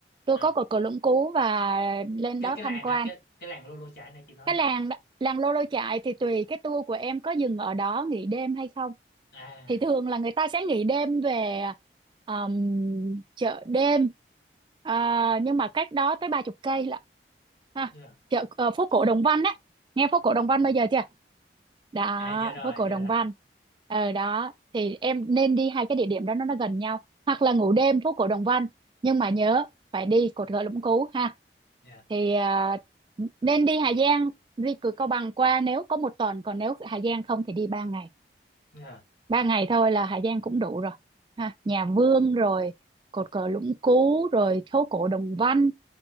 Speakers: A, on the right (about 25°); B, on the left (about 60°).
A: Tour
B: à.
A: có cột cờ Lũng Cú và lên
B: cái
A: đó
B: cái
A: tham
B: làng
A: quan
B: á cái cái làng Lô Lô Chải này chị nói
A: cái
B: á
A: làng đó, làng Lô Lô Chại thì tùy cái tour của em có dừng ở đó nghỉ đêm hay không
B: à
A: thì thường là người ta sẽ nghỉ đêm về um, chợ đêm À, nhưng mà cách đó tới ba chục cây lận ha
B: dạ.
A: chợ ờ, phố cổ Đồng Văn đấy nghe phố cổ Đồng Văn bây giờ chưa đó
B: À dạ rồi,
A: phố cổ
B: dạ
A: Đồng
B: rồi.
A: Văn ở đó thì em nên đi hai cái địa điểm đó nó, nó gần nhau hoặc là ngủ đêm phố cổ Đồng Văn nhưng mà nhớ phải đi cột gỗ Lũng Cú ha
B: Dạ.
A: thì à, nên đi Hà Giang đi cửa Cao Bằng qua nếu có một tuần còn nếu Hà Giang không thì đi ba ngày
B: Dạ.
A: ba ngày thôi là Hà Giang cũng đủ rồi ha nhà Vương rồi cột cờ Lũng Cú rồi phố cổ Đồng Văn